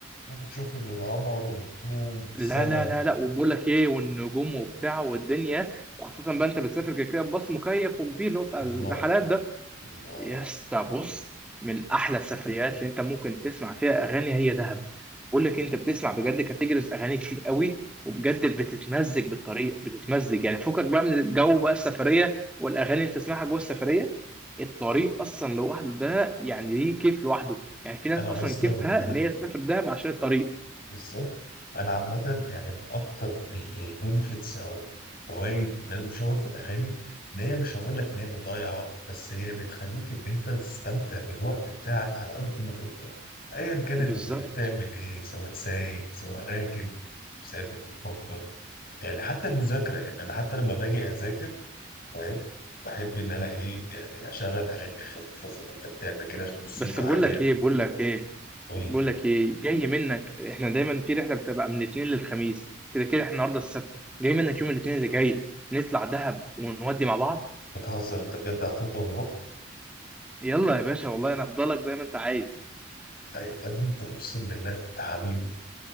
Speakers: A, on the left; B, in the centre.
A: ممكن تشوف القمر والنجوم السما
B: لا لا لا لا وبقول لك ايه والنجوم وبتاع والدنيا وخاصة بقى انت بتسافر كده كده بباص مكيف وكبير اللي هو بتاع
A: الله
B: الرحلات ده
A: الله
B: يا اسطى بص من احلى السفريات اللي انت ممكن تسمع فيها اغاني هي دهب بقول لك انت بتسمع بجد كاتيجوريز اغاني كتير قوي وبجد بتتمزج بالطريق بتتمزج يعني فكك بقى من الجو بقى السفرية والاغاني اللي بتسمعها جوه السفرية الطريق اصلا لوحده ده يعني ليه كيف لوحده يعني في ناس
A: انا
B: اصلا
A: اصلا
B: كيفها
A: انا
B: ان هي تسافر دهب عشان الطريق
A: بالظبط انا عامه يعني من اكتر البنفيتس او فوائد اللي انا بشوفها في الاغاني ان هي مش هقول لك ان هي بتضيع وقت بس هي بتخليك ان انت تستمتع بالوقت بتاعك على قد ما تقدر ايا كان
B: بالظبط
A: انت كنت بتعمل ايه سواء سايق سواء راكب مسافر بتفكر يعني حتى المذاكره يعني انا حتى لما باجي اذاكر فاهم بحب ان انا ايه يعني اشغل اغاني خفيفه زي ما انت بتعمل كده موسيقى
B: بس بقول
A: هاديه
B: لك ايه بقول لك ايه
A: قول لي
B: بقول لك ايه جاي منك احنا دايما في رحله بتبقى من الاثنين للخميس كده كده احنا النهارده السبت جاي منك يوم الاثنين اللي جاي نطلع دهب ونودي مع بعض
A: بتهزر انت بجد هتفضل ونروح
B: يلا يا باشا والله انا هفضلك زي ما انت عايز
A: أي- يا ابني انت اقسم بالله انت حبيبي